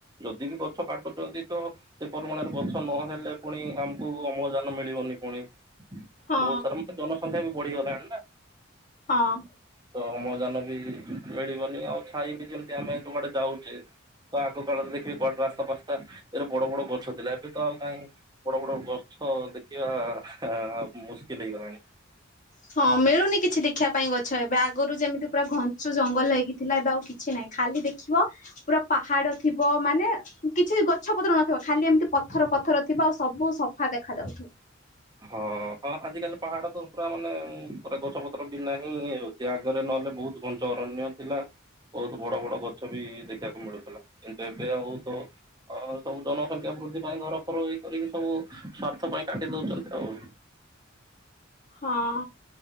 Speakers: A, on the right; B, on the left.
A: ଯଦି ବି ଗଛ କାଟୁଛନ୍ତି ତ ସେ ପରିମାଣରେ ଗଛ ନହେଲେ ପୁଣି ଆମକୁ ଅମ୍ଳଜାନ ମିଳିବନି ପୁଣି ବହୁତ
B: ହଁ
A: ସାରା ମାନେ ଜନସଂଖ୍ୟା ବି ବଢିଗଲାଣି ନାଁ!
B: ହଁ।
A: ତ ଅମ୍ଳଜାନ ବି ମିଳିବନି ଆଉ ଛାଇ ବି ଯେମତି ଆମେ ଯୁଆଡେ ଯାଉଛେ ତ ଆଗ କାଳରେ ଦେଖିବେ କଡ ରାସ୍ତା ଫାସ୍ତା ଏଡେ ବଡ ବଡ ଗଛ ଥିଲା ଏବେ ତ ଆଉ ନାଇଁ? ବଡ ବଡ ଗଛ ଦେଖିବା ଆ ମୁସ୍କିଲ ହେଇଗଲାଣି।
B: ହଁ ମିଳୁନି କିଛି ଦେଖିବା ପାଇଁ ଗଛ ଏବେ ଆଗରୁ ଯେମିତି ପୁରା ଘଞ୍ଚୁ ଜଙ୍ଗଲ ହେଇକି ଥିଲା ଏବେ ଆଉ କିଛି ନାହିଁ। ଖାଲି ଦେଖିବ ପୁରା ପାହାଡ ଥିବ ମାନେ କିଛି ଗଛ ପତ୍ର ନଥିବ ଖାଲି ଏମିତି ପଥର ପଥର ଥିବ ଆଉ ସବୁ ସଫା ଦେଖା ଯାଉଥିବ।
A: ହଁ ହଁ ଆଜିକାଲି ପାହାଡ ତ ପୁରା ମାନେ ପୁରା ଗଛ ପତ୍ର ବିନା ହିଁ ସେ ଆଗରେ ନହେଲେ ବହୁତ ଘଞ୍ଚ ଅରଣ୍ୟ ଥିଲା। ବହୁତ ବଡ ବଡ ଗଛ ବି ଦେଖିବାକୁ ମିଳୁଥିଲା କିନ୍ତୁ ଏବେ ଆଉ ତ ଅ, ସବୁ ଜନସଂଖ୍ୟା ବୃଦ୍ଧି ପାଇଁ ଘର ଫର ଏଇ କରିକି ସବୁ ସ୍ଵାର୍ଥ ପାଇଁ କାଟି ଦଉଛନ୍ତି ଆଉ।
B: ହଁ